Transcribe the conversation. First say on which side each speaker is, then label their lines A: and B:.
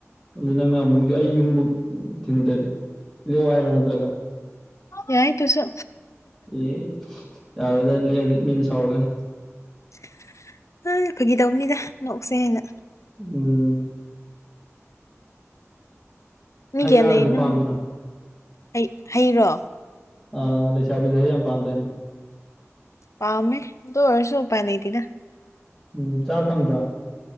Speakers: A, in the centre; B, on the left.
A: ꯑꯗꯨ ꯅꯪꯅ ꯑꯃꯨꯛ ꯑꯩ ꯌꯨꯝꯕꯨꯛ ꯊꯤꯟꯗꯗꯤ ꯂꯦꯛꯑꯣ ꯍꯥꯏꯔꯣ ꯅꯠꯇ꯭ꯔꯒ
B: ꯌꯥꯏ ꯑꯗꯨꯁꯨ
A: ꯑꯦ ꯌꯥꯔꯣꯏꯗ ꯂꯦꯛꯑꯗꯤ ꯃꯤꯅ ꯁꯥꯎꯔꯛꯒꯅꯤ
B: <unintelligible> ꯐꯥꯒꯤ ꯗꯧꯕꯅꯤꯗ ꯅꯣꯛꯁꯦꯅ
A: ꯎꯝ
B: ꯃꯤ
A: ꯍꯩ
B: ꯀꯌꯥ
A: ꯔꯥꯒꯗꯤ
B: ꯂꯩꯅꯣ
A: ꯄꯥꯝꯗ꯭ꯔꯣ
B: ꯍꯩ ꯍꯩꯔꯣ
A: ꯑ ꯂꯩꯁꯥꯕꯤꯗ ꯍꯩ ꯌꯥꯝ ꯄꯥꯝꯗꯥꯏꯅꯦ
B: ꯄꯥꯝꯃꯦ ꯑꯗꯨ ꯑꯣꯏꯔꯁꯨ ꯎꯄꯥꯏ ꯂꯩꯇꯦꯗ
A: ꯎꯝ ꯆꯥ ꯐꯪꯗ꯭ꯔꯣ